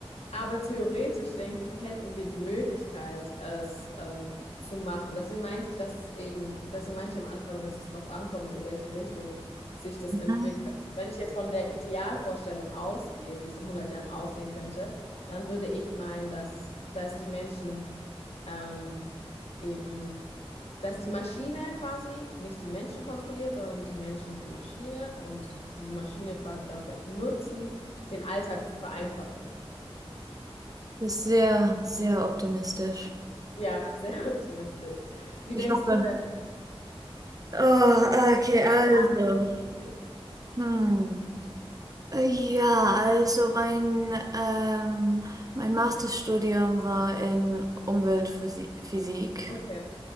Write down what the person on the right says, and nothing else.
Das
ist sehr, sehr optimistisch.
Ich
hoffe.
Oh, okay, also.
Hm. Äh, Ja, also mein, ähm, mein Masterstudium war in Umweltphysik.